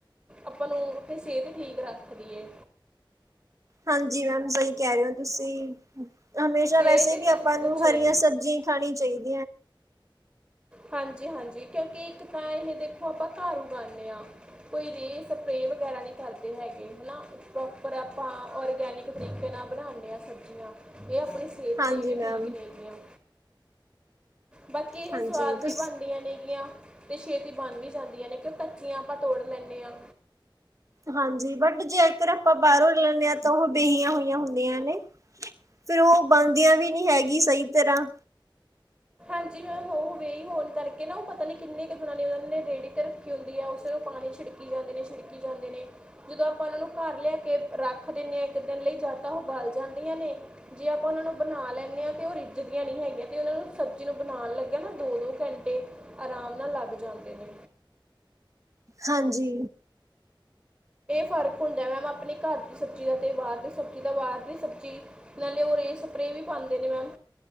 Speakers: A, on the right (about 20°); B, on the right (about 40°).
A: ਆਪਾਂ ਨੂੰ ਸਿਹਤ ਵੀ ਠੀਕ ਰੱਖਦੀ ਹੈ
B: ਹਾਂਜੀ ਮੈਮ ਸਹੀ ਕਹਿ ਰਹੇ ਹੋ ਤੁਸੀਂ ਹਮੇਸ਼ਾ
A: ਸਿਹਤ
B: ਵੈਸੇ
A: ਤੇ
B: ਵੀ ਆਪਾਂ
A: ਸਭ ਕੁਛ
B: ਨੂੰ
A: ਏ
B: ਹਰੀਆਂ ਸਬਜ਼ੀਆਂ ਹੀ ਖਾਣੀ ਚਾਹੀਦੀ
A: ਹਾਂਜੀ ਹਾਂਜੀ ਕਿਉਂਕਿ ਇੱਕ ਤਾਂ ਇਹ ਦੇਖੋ ਆਪਾਂ ਘਰ ਉਗਾਉਂਦੇ ਹਾਂ ਕੋਈ ਸਪਰੇ ਵਗੈਰਾ ਨਹੀਂ ਕਰਦੇ ਹੈਗੇ ਹਨਾ ਪ੍ਰੋਪਰ ਆਪਾਂ ਔਰਗੈਨਿਕ ਤਰੀਕੇ ਨਾਲ ਬਨਾਣੇ ਹਾਂ ਸਬਜ਼ੀਆਂ ਇਹ ਆਪਣੀ ਸਿਹਤ
B: ਹਾਂਜੀ
A: ਲਈ ਵੀ
B: ਮੈਮ
A: ਠੀਕ ਨੇਗੀਆਂ ਬਾਕੀ ਇਹ
B: ਹਾਂਜੀ
A: ਸਵਾਦ
B: ਤੁਸ
A: ਵੀ ਬਣਦੀਆਂ ਨੇਗੀਆਂ ਤੇ ਛੇਤੀ ਬਣ ਵੀ ਜਾਂਦੀਆਂ ਨੇ ਕਿਉਂ ਕੱਚੀਆਂ ਆਪਾਂ ਤੋੜ ਲੈਂਦੇ ਹਾਂ
B: ਹਾਂਜੀ ਬਟ ਜੇਕਰ ਆਪਾਂ ਬਾਹਰੋਂ ਲੈਂਦੇ ਹਾਂ ਤਾਂ ਉਹ ਬੇਹੀਆਂ ਹੋਈਆਂ ਹੁੰਦੀਆਂ ਨੇ ਫੇਿਰ ਉਹ ਬਣਦੀਆਂ ਵੀ ਨਹੀਂੀ ਹੈਗੀ ਸਹੀ ਤਰ੍ਹਾਂ
A: ਹਾਂਜੀ ਮੈਮ ਉਹ ਵੇਹੀ ਹੋਣ ਕਰਕੇ ਨਾ ਉਹ ਪਤਾ ਨਹੀਂ ਕਿੰਨੇ ਕੁ ਗੁਣਾ ਨੇ ਉਹਨਾਂ ਨੇ ਰੇਹੜੀ ' ਰੱਖੀ ਹੁੰਦੀ ਹੈ ਉਸੇਨ ਨੂੰ ਪਾਣੀ ਛਿੜਕੀ ਜਾਂਦੇ ਨੇ ਛਿੜਕੀ ਜਾਂਦੇ ਨੇ ਜਦੋਂ ਆਪਾਂ ਉਹਨਾਂ ਨੂੰ ਘਰ ਲਿਆ ਕੇ ਰੱਖ ਦਿੰਦੇ ਹਾਂ ਇੱਕ ਦਿਨ ਲਈ ਜਾਂ ਤਾਂ ਉਹ ਬਲ ਜਾਂਦੀਆਂ ਨੇ ਜੇ ਆਪਾਂ ਉਹਨਾਂ ਨੂੰ ਬਣਾ ਲੈਂਦੇ ਹਾਂ ਤਾਂ ਉਹ ਰਿੱਝਦੀਆਂ ਨਹੀਂ ਹੈਗੀਆਂ ਤੇ ਉਹਨਾਂ ਨੂੰ ਸਬਜ਼ੀ ਨੂੰ ਬਣਾਉਣ ਲੱਗਿਆ ਨਾ ਦੋ ਦੋ ਘੰਟੇ ਆਰਾਮ ਨਾਲ ਲੱਗ ਜਾਂਦੇ ਨੇ
B: ਹਾਂਜੀ
A: ਫਰਕ ਹ ਮੈਮ ਆਪਣੇ ਘਰ ਦੀ ਸਬਜ਼ੀ ਦਾ ਤੇ ਬਾਹਰ ਦੀ ਸਬਜ਼ੀ ਦਾ ਬਾਹਰ ਦੀ ਸਬਜ਼ੀ ਨਾਲੇ ਉਹ ਸਪਰੇਅ ਵੀ ਪਾਉਂਦੇ ਨੇ ਮੈਮ